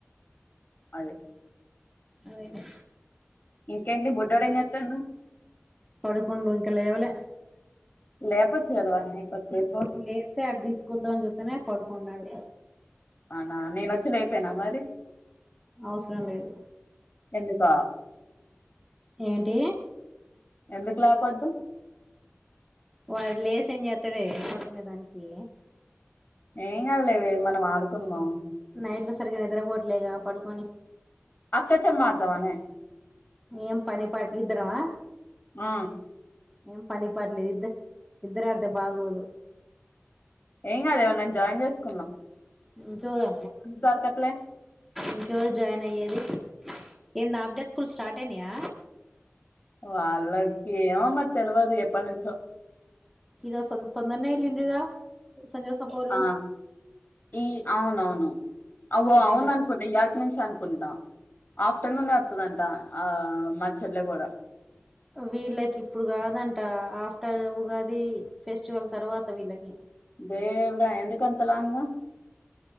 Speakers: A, on the left; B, in the centre.
A: అదే
B: అదేదా
A: ఇంకేంటి బుడ్డోడు ఏం చేత్తాడు
B: పడుకుండు ఇంకా లేవలే
A: లేపోచ్చు కదా వాన్ని కొద్దిసేపు
B: లేత్తే అటు తీసుకొద్దామ అని చూస్తున్న పడుకున్నాడు
A: అవునా నేను వచ్చిలేపెయినా మరి
B: అవసరం లేదు
A: ఎందుకా
B: ఏంటి
A: ఎందుకులా ఆపద్దు
B: వాడు లేసి ఏం చేస్తాడే పడుకునే దానికి
A: ఏం కాద్లేవే మనం ఆడుకుందం
B: నైట్ లో సరిగ్గా నిద్రపోవట్లేగా పడుకొని
A: అష్టచమ్మ ఆడదామనే
B: ఏం పనిపాట్ ఇద్దరవా
A: ఆ
B: ఏం పనిపాట్లేదు ఇద్ద ఇద్దరు ఆడితే బాగోదు
A: ఏం కాదు ఎవరినైనా జాయిన్ చేసుకు
B: ఇంకెవరు
A: దొరకట్లే
B: ఇంకెవరు జాయిన్ అయ్యేది ఏంది హాఫ్డే స్కూల్ స్టార్ట్ అయినాయా
A: వాళ్ళకి ఏమో బట్ తెలవదు ఎప్పడినుంచో
B: ఈరోజు తొందరనే వెళ్ళిండ్రుగా సంజయ్ సపోళ్ళు
A: ఆ ఈ అవునవును అవో
B: అదేలే
A: అవున అనుకుంటా ఇయ్యాల్టీ నుంచి అనుకుంటా ఆఫ్టర్నూన్ వత్తదంట ఆ మా చెర్లో కూడా
B: వీళ్ళకి ఇప్పుడు కాదంట ఆఫ్టర్ ఉగాది ఫెస్టివల్ తర్వాత వీళ్ళకి
A: దేవుడా ఎందుకంత లాంగు